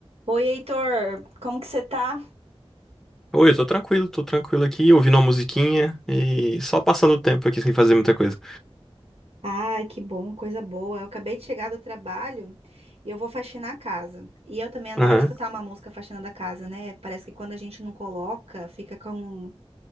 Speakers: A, on the right (about 80°); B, in the centre.
A: Oi, Heitor, como que você tá?
B: Oi, eu tô tranquilo, tô tranquilo aqui, ouvindo uma musiquinha e só passando o tempo aqui sem fazer muita coisa.
A: Ai, que bom, coisa boa. Eu acabei de chegar do trabalho e eu vou faxinar a casa. E eu também adoro
B: Aham.
A: escutar uma música faxinando a casa, né? Parece que quando a gente não coloca, fica com